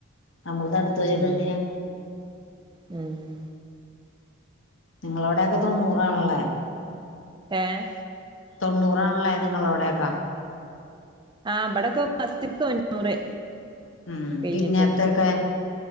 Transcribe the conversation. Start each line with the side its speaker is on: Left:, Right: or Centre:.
Left: നമ്മള് തടുത്ത്
Right: ഉം
Left: വെച്ചിട്ടെന്തിനാ
Right: ഉം ഉം
Left: നിങ്ങളവിടെയെക്കെ തൊണ്ണൂറാണല്ലേ
Right: ഏഹ്
Left: തൊണ്ണൂറാണ്ല്ലേ നിങ്ങലോടെക്കെ
Right: ആ ഇബടൊക്ക ഫസ്റ്റ്ക്ക് തൊണ്ണൂറ്.
Left: ഉം,
Right: കഴിഞ്ഞിട്ട്
Left: പിന്നേത്തൊക്കെ